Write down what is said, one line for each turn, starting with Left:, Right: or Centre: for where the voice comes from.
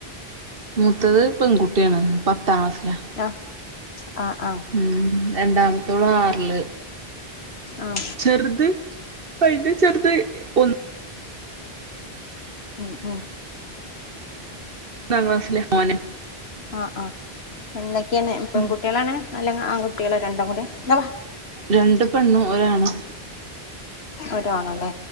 Right: മൂത്തത് പെൺകുട്ടിയാണ് പത്താം ക്ലാസ്സിലാ
Left: ആഹ് ആഹ് ആഹ്
Right: ഉം രണ്ടാമത്തോള് ആറല്
Left: ആഹ്
Right: ചെറുത് അയ്ന്റെ ചെറുത് ഒന്ന്
Left: ഉം ഉം
Right: ഒന്നാം ക്ലാസ്സിലെ മോന
Left: ആഹ് ആഹ് എന്തൊക്കെയന്നെ പെൺകുട്ടികളാണ്
Right: ഉം
Left: അല്ലെ ആൺകുട്ടികളോ രണ്ടുംകൂടി എന്തവാ
Right: രണ്ട് പെണ്ണും ഒരാണും
Left: ഒരാണ അല്ലേ?